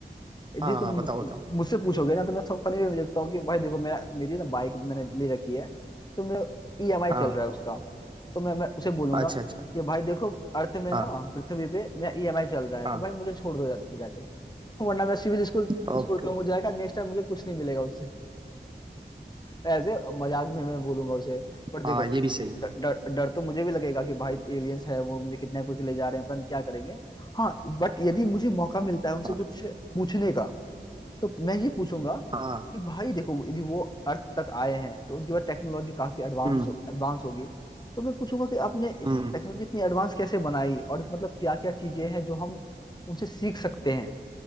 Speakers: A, on the right (about 25°); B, on the left (about 25°).
A: हाँ
B: जी तुम
A: हाँ बताओ बताओ
B: मुझसे पूछोगे ना तो मैं सब फनी वे में देखता हूँ कि भाई देखो मेरा मेरी ना बाइक मैंने ले रखी है तो मेरा ईएमआई
A: हाँ
B: चल रहा है उसका तो मैं मैं उसे बोलूंगा
A: अच्छा अच्छा
B: कि भाई देखो अर्थ में
A: हाँ
B: ना पृथ्वी पे मेरा ईएमआई चल रहा है
A: हाँ
B: तो भाई मुझे छोड़ दो जा, जाकर वरना मेरा सिविल स्कोर
A: ओके
B: स्कोर कम हो जाएगा नेक्स्ट टाइम मुझे कुछ नहीं मिलेगा उससे ऐसे मजाक में मैं बोलूंगा उसे पर देखो
A: हाँ ये भी सही है
B: ड- डर डर तो मुझे भी लगेगा कि भाई एलियंस है वो मुझे किडनैप करके ले जा रहे हैं अपन क्या करेंगे हाँ बट यदि मुझे मौका मिलता है उनसे
A: हाँ
B: कुछ पूछने का तो मैं ये पूछूंगा
A: हाँ
B: कि भाई देखो यदि वो अर्थ तक आए हैं तो उनके पास टेक्नोलॉजी काफी एडवांस
A: हम्म
B: हो एडवांस होगी तो मैं पूछूंगा कि आपने
A: हम्म
B: टेक्नोलॉजी इतनी एडवांस कैसे बनाई और मतलब क्या क्या चीजें हैं जो हम उनसे सीख सकते हैं